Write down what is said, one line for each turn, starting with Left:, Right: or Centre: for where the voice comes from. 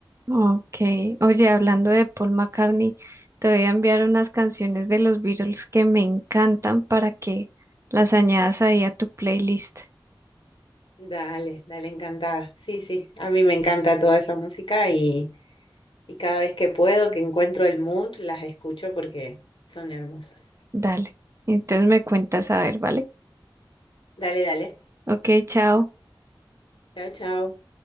Right: okay oye, hablando de Paul McCartney, te voy a enviar unas canciones de los Beatles que me encantan para que las añadas ahí a tu playlist.
Left: Dale, dale, encantada. Sí, sí, a mí me encanta toda esa música y, y cada vez que puedo, que encuentro el mood, las escucho porque son hermosas.
Right: Dale, entonces me cuentas a ver, ¿vale?
Left: Dale, dale.
Right: Ok, chao.
Left: Chao, chao.